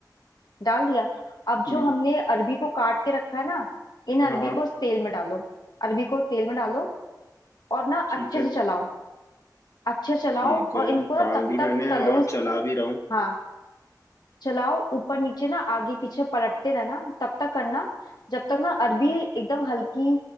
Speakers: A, on the left; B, on the left.
A: डाल दिया अब
B: हम्म
A: जो हमने अरबी को काट के रखा है ना इन
B: हाँ
A: अरबी
B: हाँ
A: को इस तेल में डालो अरबी को तेल में डालो और ना
B: ठीक
A: अच्छे
B: है
A: से चलाओ अच्छे से चलाओ
B: ठीक है
A: और इनको ना
B: डाल
A: तब
B: दी
A: तक
B: मैंने
A: तलो
B: और
A: इस-
B: चला भी रहा हूँ
A: हाँ चलाओ ऊपर नीचे ना आगे पीछे पलटते रहना तब तक करना जब तक ना अरबी एकदम हल्की